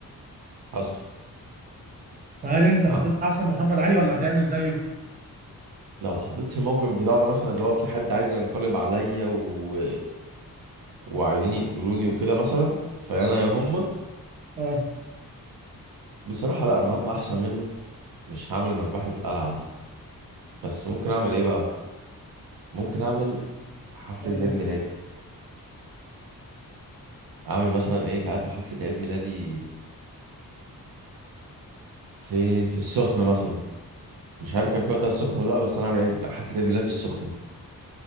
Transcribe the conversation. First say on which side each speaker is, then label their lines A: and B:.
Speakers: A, on the right; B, on the right.
A: حصل
B: فهل أنت هتطلع
A: آه،
B: أحسن محمد علي ولا هتعمل زيه؟
A: لو اتحطيت في الموقف بتاع ده مثلا اللي هو في حد عايز ينقلب عليا و... وعايزين يقتلوني وكده مثلا فأنا يا هما
B: أه
A: بصراحة لا أنا هطلع أحسن منه مش هعمل مذبحة القلعة دي بس ممكن أعمل إيه بقى؟ ممكن أعمل حفلة
B: تعمل
A: عيد
B: إيه؟
A: ميلادي أعمل مثلا إيه ساعتها حفلة عيد ميلادي فين في السخنة مثلا مش عارف كان في وقتها السخنة ولا لا بس أنا أعمل عيد- حفلة عيد ميلادي في السخنة